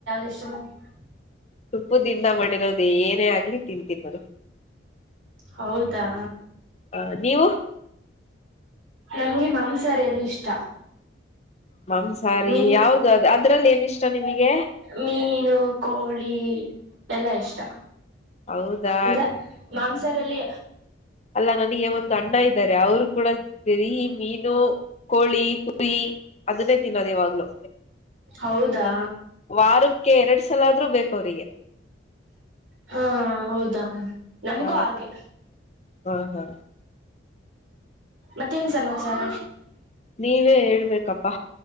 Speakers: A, on the right; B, on the left.
A: ಎಷ <unintelligible>
B: ತುಪ್ಪು ದಿಂದ ಮಾಡಿರೋದು ಏನೇ ಆಗ್ಲಿ ತಿನ್ತಿನಿ ನಾನು
A: ಹೌದಾ
B: ಹ ನೀವು
A: ನಮಗೆ ಮಾಂಸಾಹಾರಿ ಅಲ್ಲಿ ಇಷ್ಟ
B: ಮಾಂಸಾರಿ
A: ಮೀ
B: ಯಾವ್ದ ಅದು ಅದ್ರಲ್ಲಿ ಏನ್ ಇಷ್ಟ ನಿಮಗೆ
A: ಮೀನು ಕೋಳಿ ಎಲ್ಲಾ ಇಷ್ಟ
B: ಹೌದಾ
A: ಅಂದ್ರೆ ಮಾಂಸಾರಲ್ಲಿ
B: ಅಲ್ಲಾ ನನಗೆ ಒಂದು ಅಣ್ಣ ಇದ್ದಾರೆ ಅವರು ಕೂಡ ದರ ಮೀನು ಕೋಳಿ ಪೀ ಅದನ್ನೇ ತಿನ್ನೋದು ಯಾವಾಗ್ಲೂ
A: ಹೌದಾ
B: ವಾರಕ್ಕೆ ಎರಡ ಸಲ ಆದ್ರೂ ಬೇಕ ಅವ್ರರಿಗೆ
A: ಹಾ ಹೌದಾ ನಮ್ಗೂ
B: ಹ
A: ಹಾಗೆ
B: ಹ ಹಾ
A: ಮತ್ತೆ ಏನ್ ಸಮಾಚಾರ
B: ನೀವೇ ಹೇಳ್ಬೇಕಪ್ಪಾ